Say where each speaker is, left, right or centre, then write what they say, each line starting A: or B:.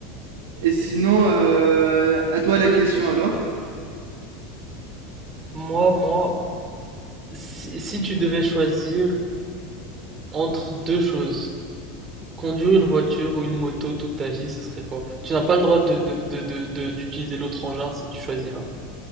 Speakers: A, on the right; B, on the right.
A: Et sinon, euh, à toi la question alors?
B: Moi moi si, si tu devais choisir entre deux choses, conduire une voiture ou une moto toute ta vie, ce serait quoi? Tu n'as pas le droit de de de de- de- d'utiliser l'autre engin si tu choisis un.